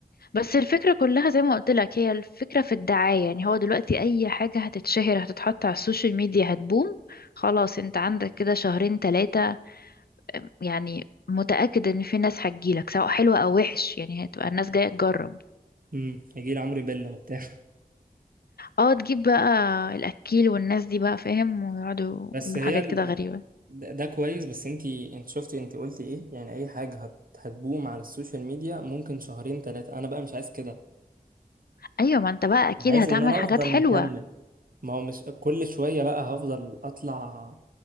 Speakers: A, on the left (about 80°); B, on the right (about 65°).
A: بس الفكرة كلها زي ما قلت لك هي الفكرة في الدعاية يعني هو دلوقتي أي حاجة هتتشهر هتتحط على السوشيال ميديا هتبوم خلاص انت عندك كده شهرين تلاتة يعني متأكد ان في ناس هتجيلك سواء حلوة أو وحش يعني هتبقى الناس جاية تجرب
B: امم هيجي عمرو بيلا وبتاع
A: اه تجيب بقى الأكيل والناس دي بقى فاهم ويقعدوا
B: <laughs> بس
A: يقولوا
B: هي
A: حاجات
B: ال...
A: كده غريبة
B: ده, ده كويس بس انتي انت شفتي انت قلتي ايه يعني اي حاجة هت... هتبوم على السوشيال ميديا ممكن شهرين تلاتة انا بقى مش عايز كده
A: أيوة ما انت بقى أكيد
B: انا عايز
A: هتعمل
B: ان انا
A: حاجات
B: افضل
A: حلوة
B: مكمل ما هو مش كل شوية بقى هفضل اطلع